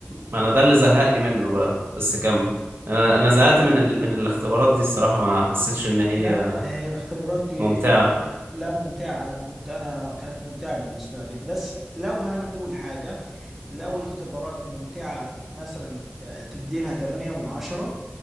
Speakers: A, on the right; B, in the centre.
A: ما انا ده اللي زهقني منه بقى بس كمل انا انا زهقت من ال... من الاختبارات دي الصراحه ما حسيتش ان هي
B: لا هي الاختبارات دي
A: ممتعه
B: الاختب... لا ممتعة أنا كنت أنا كانت ممتعة بالنسبة لي بس لو هنقول حاجة لو الاختبارات ممتعة مثلا تديلها 8 من 10